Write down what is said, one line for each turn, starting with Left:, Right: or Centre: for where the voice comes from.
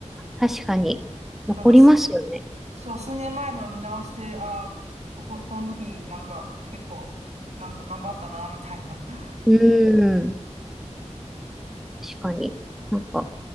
Centre: 確かに、残りますよね。
Right: また数、そう、数年前のを見直して、ああ、こ、ここ、この時なんか結構、なんか頑張ったな、みたいな。<laughs>
Centre: うん。確かに。なんか、